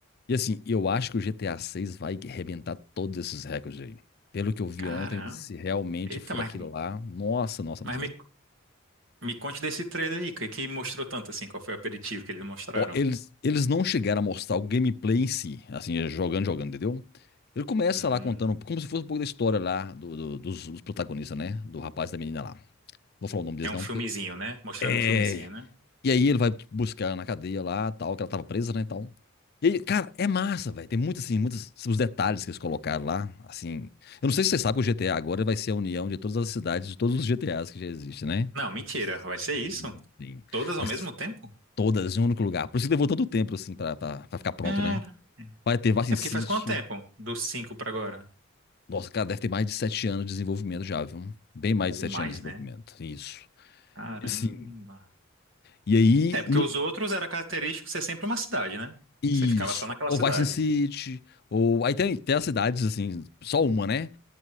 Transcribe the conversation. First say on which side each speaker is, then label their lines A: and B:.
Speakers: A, on the left; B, on the right.
A: E assim, eu acho que o GTA 6 vai arrebentar todos esses recordes aí. Pelo que eu vi
B: Caramba.
A: ontem, se realmente
B: Eita,
A: for
B: mas,
A: aquilo lá, nossa, nossa,
B: mas
A: nossa,
B: me,
A: nossa.
B: me conte desse trailer aí, que, que mostrou tanto assim, qual foi o aperitivo que eles mostraram?
A: Ó, Eles, eles não chegaram a mostrar o gameplay em si, assim, é, jogando, jogando, entendeu? Ele começa
B: Hum,
A: lá contando como se fosse um pouco da história lá do- do- dos, dos protagonistas, né? Do rapaz e da menina lá. Não Vou falar o nome deles
B: é um
A: não,
B: filmezinho,
A: porque...
B: né? Mostrando
A: É,
B: um filmezinho, né?
A: E aí ele vai buscar ela na cadeia lá, tal, que ela tava presa, né, e tal. E aí, cara, é massa, velho. Tem muitos, assim, muitos os detalhes que eles colocaram lá, assim. Eu não sei se você sabe que o GTA agora vai ser a união de todas as cidades, de todos os GTAs que já existem, né?
B: Não, mentira. Vai ser
A: Sim,
B: isso?
A: sim.
B: Todas ao
A: Mas
B: mesmo tempo?
A: todas em um único lugar. Por isso que levou tanto tempo, assim, pra, pra, pra ficar pronto,
B: Cara.
A: né?
B: é.
A: Vai ter Vice
B: É porque
A: City.
B: faz quanto tempo? Dos cinco pra agora?
A: Nossa, cara, deve ter mais de sete anos de desenvolvimento já, viu? Bem mais
B: Ou
A: de sete
B: mais,
A: anos de desenvolvimento.
B: né?
A: Isso.
B: Caramba.
A: E, assim, e aí,
B: É, porque
A: no
B: os outros era característico ser sempre uma cidade, né?
A: Isso.
B: Você ficava só naquela
A: Ou
B: cidade.
A: Vice City, ou. Aí tem, tem as cidades, assim, só uma, né?